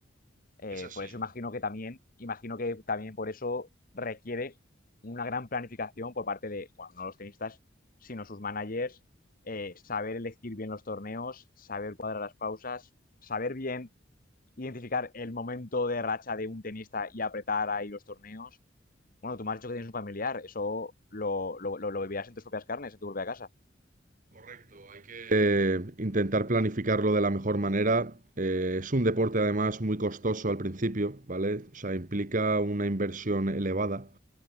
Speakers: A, on the left (about 45°); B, on the right (about 40°).
A: Eh,
B: Es así,
A: por eso imagino que también, imagino que también por eso requiere una gran planificación por parte de, bueno, no los tenistas, sino sus managers, eh, saber elegir bien los torneos, saber cuadrar las pausas, saber bien identificar el momento de racha de un tenista y apretar ahí los torneos. Bueno, tú me has dicho que tienes un familiar, eso lo, lo, lo, lo vivirás en tus propias carnes, en tu propia casa.
B: correcto. Hay que eh, intentar planificarlo de la mejor manera. Eh, es un deporte además muy costoso al principio, ¿vale? O sea, implica una inversión elevada.